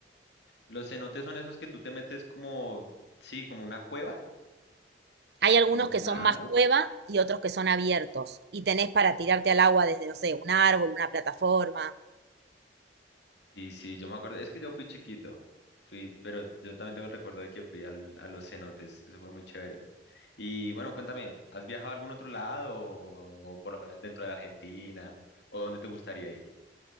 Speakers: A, on the left (about 70°); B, on the right (about 60°).
A: los cenotes son esos que tú te metes como, sí, como una cueva,
B: Hay algunos
A: como
B: que
A: nadando.
B: son más cueva y otros que son abiertos y tenés para tirarte al agua desde, no sé, un árbol, una plataforma.
A: Sí, sí, yo me acuerdo, es que yo fui chiquito, fui, pero yo también tengo el recuerdo de que fui al- a los cenotes, eso fue muy chévere. Y bueno, cuéntame, ¿has viajado a algún otro lado o, o por lo menos dentro de la Argentina o dónde te gustaría ir?